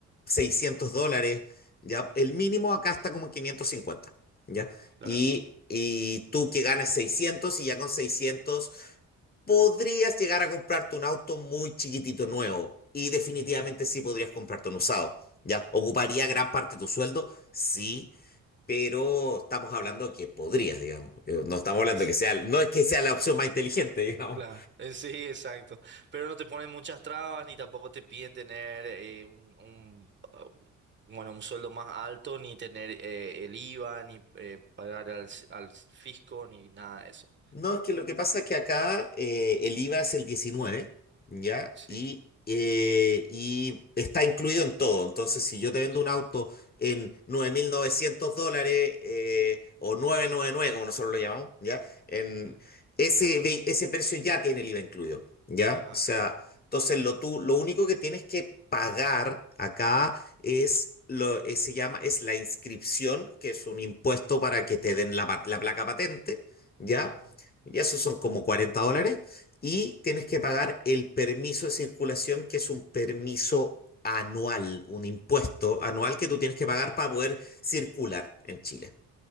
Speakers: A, on the left (about 30°); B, on the right (about 40°).
A: 600 dólares. ¿ya? El mínimo acá está como en quinientos cincuenta ¿ya?
B: Claro.
A: Y, y tú que ganes 600 y ya con 600 podrías llegar a comprarte un auto muy chiquitito nuevo y definitivamente
B: Ujú.
A: sí podrías comprarte un usado, ¿ya? Ocuparía gran parte de tu sueldo, sí, pero estamos hablando que podrías, digamos. Eh, No estamos hablando
B: Eso.
A: que sea, no es que sea la opción más inteligente, <laughs> digamos.
B: Claro, eh, sí, exacto. Pero no te ponen muchas trabas ni tampoco te piden tener eh, un, un, ah, bueno, un sueldo más alto, ni tener eh, el IVA, ni eh, pagar al, s- al fisco, ni nada de eso.
A: No, es que lo que pasa es que acá eh, el IVA es el diecinueve ¿ya?
B: Sí.
A: Y, eh, y está incluido en todo. Entonces, si yo te vendo
B: Sí.
A: un auto en 9.900 dólares eh, o 999 como nosotros lo llamamos, ¿ya? En
B: Ujú.
A: ese, ve- ese precio ya tiene el IVA incluido, ¿ya?
B: Ah,
A: O sea,
B: claro.
A: entonces lo, tú, lo único que tienes que pagar acá es... Lo, eh, se llama, es la inscripción, que es un impuesto para que te den la, pa- la placa patente, ¿ya?
B: Ujú.
A: Y esos son como 40 dólares. Y tienes que pagar el permiso de circulación, que es un permiso anual, un impuesto
B: Sí.
A: anual que tú tienes que pagar para poder circular en Chile.